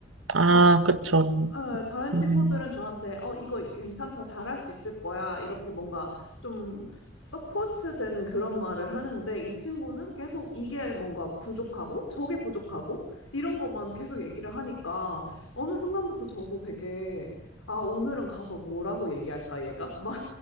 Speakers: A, on the right; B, on the left.
A: 아,
B: 다-
A: 그쵸.
B: 네, 다른
A: 음.
B: 친구들은 저한테 어 이거 괜찮다 잘할 수 있을 거야 이렇게 뭔가 좀 서포트 되는 그런 말을 하는데 이 친구는 계속 이게 뭔가 부족하고 저게 부족하고 이런 것만 계속 얘기를 하니까 어느 순간부터 저도 되게 아 오늘은 가서 뭐라고 얘기할까 얘가 <laughs> 막